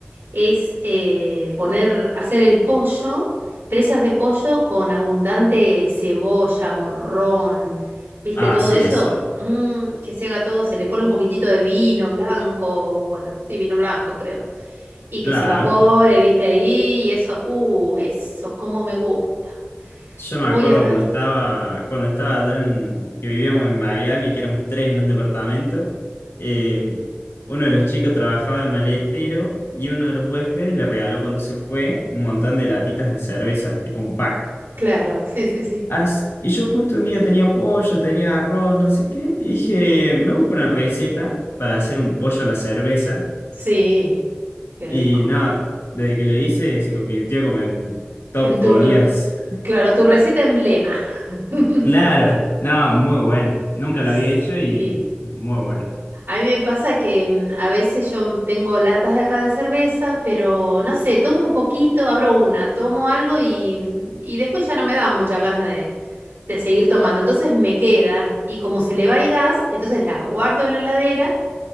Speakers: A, on the right (about 80°); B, on the left (about 75°).
A: es eh, poner, hacer el pollo, presas de pollo con abundante cebolla, morrón, ¿viste
B: Ah,
A: todo
B: sí,
A: eso?
B: eso.
A: Mm, que se haga todo, se le pone un poquitito de vino blanco, o bueno, sí, vino blanco creo. y que
B: Claro.
A: se evapore, viste ahí, y eso, uh, eso, cómo me gusta.
B: Yo me
A: Voy
B: acuerdo
A: a ver,
B: cuando estaba, cuando estaba allá en, que vivíamos en Miami, que éramos tres en un departamento, eh, uno de los chicos trabajaba en maletero y uno de los huéspedes le regaló cuando se fue un montón de latitas de cerveza, tipo un pack.
A: claro, sí, sí, sí.
B: As- y yo justo un día tenía pollo, tenía arroz, no sé qué, y dije, me busco una receta para hacer un pollo a la cerveza.
A: Sí, qué
B: Y
A: rico.
B: nada, desde que lo hice se convirtió como en top
A: En tu,
B: comidas
A: r- claro, tu receta emblema. <laughs>
B: Claro, no, muy bueno. Nunca
A: Sí.
B: lo había hecho y muy bueno.
A: A mí me pasa que mm, a veces yo tengo latas de acá de cerveza, pero no sé, tomo un poquito, abro una, tomo algo y, y después ya no me da muchas ganas de, de seguir tomando. Entonces me queda y como se le va el gas, entonces las guardo en la heladera